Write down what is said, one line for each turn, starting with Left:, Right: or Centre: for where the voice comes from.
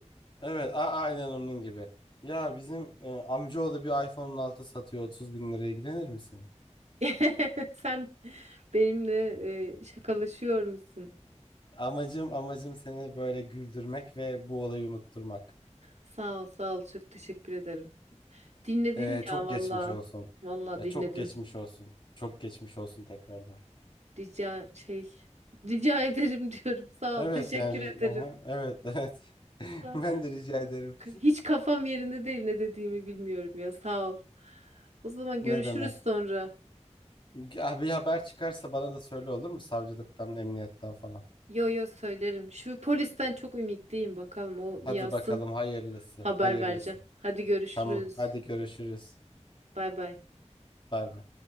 Left: Evet, a- aynen onun gibi. Ya bizim e, amcaoğlu bir iPhone'un 6 satıyor 30 bin liraya ilgilenir misin?
Right: <laughs> Sen benimle e, şakalaşıyor musun?
Left: Amacım amacım seni böyle güldürmek ve bu olayı unutturmak.
Right: Sağ ol, sağ ol. Çok teşekkür ederim. Dinledin
Left: E, çok
Right: ya valla.
Left: geçmiş olsun.
Right: Valla
Left: Ya
Right: dinledin.
Left: çok geçmiş olsun. Çok geçmiş olsun tekrardan.
Right: Rica şey rica ederim <laughs> diyorum. Sağ
Left: Evet
Right: ol. Teşekkür
Left: yani
Right: ederim.
Left: aha, evet <laughs> evet.
Right: Sağ
Left: Ben
Right: ol.
Left: de rica ederim.
Right: Hiç kafam yerinde değil ne dediğimi bilmiyorum ya. Sağ ol. O zaman
Left: Ne
Right: görüşürüz
Left: demek?
Right: sonra.
Left: Ya bir haber çıkarsa bana da söyle olur mu? Savcılıktan, emniyetten falan.
Right: Yo yo söylerim. Şu polisten çok ümitliyim bakalım o
Left: Hadi
Right: bir yazsın.
Left: bakalım hayırlısı,
Right: Haber
Left: hayırlısı.
Right: vereceğim. Hadi görüşürüz.
Left: Tamam. Hadi görüşürüz.
Right: Bay bay.
Left: Bay bay.